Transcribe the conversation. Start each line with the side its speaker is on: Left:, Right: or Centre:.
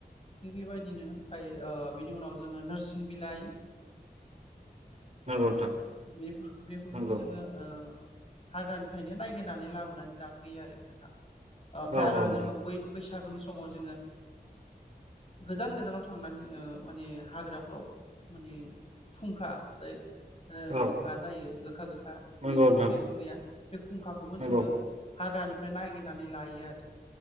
Left: थिग बेबायदिनो ओमफ्राय बिनि उनाव जोङो नोरसिं बिलाइ
Right: नंगौ नोंथां
Left: बेफोर बेफोरखौबो
Right: नंगौ
Left: जोङो ओ हाग्रानिफ्रायनो नायगिरनानै लाबोनानै जाफैयो आरो नोंथां आफ्राय
Right: औ
Left: आरो
Right: औ नोंथां
Left: जोङो बै बैसाग बैसागुनि समाव जोङो गोजान गोजानाव थांनानै जोङो माने हाग्राफ्राव माने फुंखा जाय
Right: औ
Left: गोखा जायो गोखा गो खा बे
Right: नंगौ नोंथां
Left: बै ओंख्रिया फुंखाखौबो
Right: नंगौ
Left: जोङो हाग्रानिफ्राय नागिरनानै लायो आरो